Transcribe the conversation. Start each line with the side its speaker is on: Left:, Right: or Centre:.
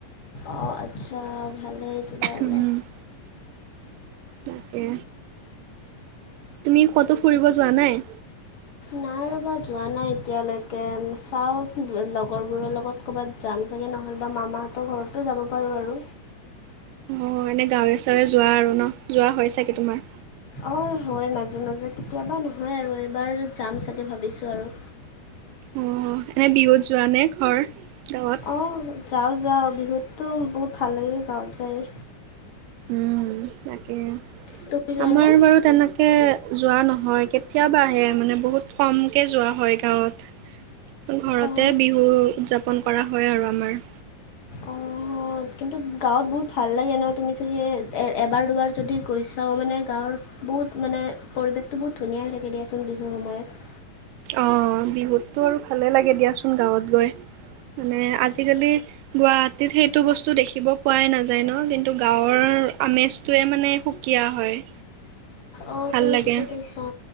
Left: অ আচ্ছা ভালেই তেতিয়াহ'লে
Right: উম তাকে তুমি ক'তো ফুৰিব যোৱা নাই
Left: নাই ৰ'বা যোৱা নাই এতিয়ালৈকে চাওঁ লগৰবোৰৰ লগত ক'ৰবাত যাম চাগে নহ'লে বা মামাহঁতৰ ঘৰতো যাব পাৰো আৰু
Right: অ এনে গাঁৱে ছাঁৱে যোৱা আৰু ন যোৱা হয় চাগে তোমাৰ
Left: অ হয় মাজে মাজে কেতিয়াবা নহয় আৰু এইবাৰ যাম চাগে ভাবিছো আৰু
Right: অ এনে বিহুত যোৱা নে ঘৰ গাঁৱত
Left: অ যাও যাও বিহুততো বহুত ভাল লাগে গাঁৱত যায়
Right: উম তাকে
Left: তুমি যোৱানে
Right: আমাৰ বাৰু তেনে কে যোৱা নহয় কেতিয়াবাহে মানে বহুত কমকে যোৱা হয় গাঁৱত ঘৰতে
Left: অঁ
Right: বিহু উদযাপন কৰা হয় আৰু আমাৰ
Left: অ অ কিন্তু গাঁৱত বহুত ভাল লাগে ন তুমি চাগে এবাৰ দুবাৰ যদি গৈছাও মানে গাঁৱৰ বহুত মানে পৰিৱেশটো বহুত ধুনীয়া হৈ লাগে দিয়াচোন বিহুৰ সময়ত
Right: অ বিহুততো আৰু ভালেই লাগে দিয়াচোন গাঁৱত গৈ মানে আজিকালি গুৱাহাটীত সেইটো বস্তু দেখিব পোৱাই নাযায় ন কিন্তু গাঁৱৰ আমেজটোৱে মানে সু কিয়া হয়
Left: অ
Right: ভাল
Left: তুমি
Right: লাগে
Left: ঠিকেই কৈছা